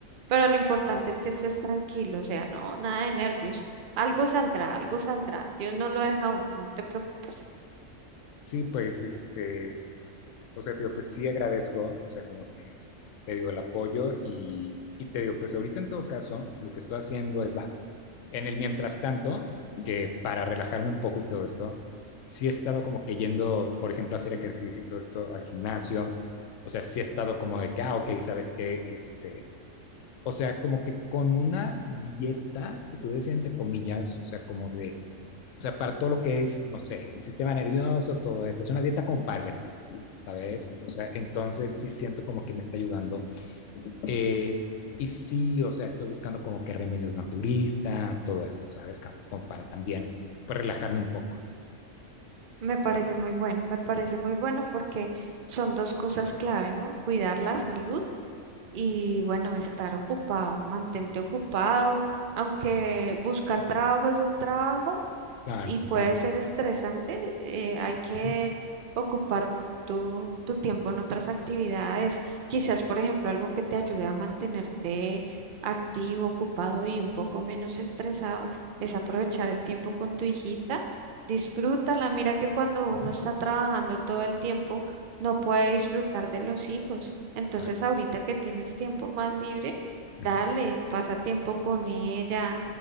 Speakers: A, on the right; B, on the left.
A: Pero lo importante es que estés tranquilo, o sea, no, nada de nervios. Algo saldrá, algo saldrá. Dios no lo deja a uno, no te preocupes.
B: Sí, pues este, o sea, te digo, pues sí agradezco, o sea, como que te digo el apoyo y, y te digo, pues ahorita en todo caso, lo que estoy haciendo es, va, en el mientras tanto, que para relajarme un poco y todo esto, sí he estado como que yendo, por ejemplo, a hacer ejercicio y todo esto al gimnasio, o sea, sí he estado como de que, ah, ok, sabes que, este, o sea, como que con una dieta, se puede decir entre comillas, o sea, como de o sea, para todo lo que es, no sé, el sistema nervioso, todo esto. Es una dieta como para el estrés, ¿sabes? O sea, entonces sí siento como que me está ayudando. Eh, y sí, o sea, estoy buscando como que remedios naturistas, todo esto, ¿sabes? Como para también, para relajarme un poco.
A: Me parece muy bueno, me parece muy bueno porque son dos cosas clave, ¿no? Cuidar la salud y, bueno, estar ocupado, mantente ocupado, aunque buscar trabajo es un trabajo,
B: Claro,
A: y puede
B: claro.
A: ser estresante. eh, hay que
B: Ujú,
A: ocupar tu, tu tiempo en otras actividades. Quizás, por ejemplo, algo que te ayude a mantenerte activo, ocupado y un poco menos estresado es aprovechar el tiempo con tu hijita. Disfrútala. Mira que cuando uno
B: ujú.
A: está trabajando todo el tiempo, no puede disfrutar de los hijos. Entonces,
B: Ah,
A: ahorita
B: claro,
A: que tienes tiempo más libre,
B: <laughs>
A: dale,
B: ujú,
A: pasa tiempo con ella,